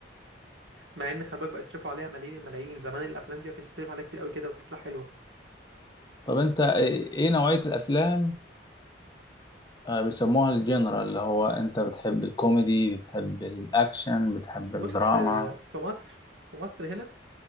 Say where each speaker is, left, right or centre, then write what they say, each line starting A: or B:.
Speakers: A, on the right; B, on the left.
A: مع ان خلي بالك بقى يصرفوا عليها ملايين الملايين زمان الافلام دي ما كانش بيصرف عليها كتير قوي كده وبتطلع حلوه
B: طب انت ايه إيه نوعية الافلام آه، بيسموها الجنرال اللي هو انت بتحب الكوميدي بتحب الاكشن بتحب الدراما
A: بص آه، في مصر في مصر هنا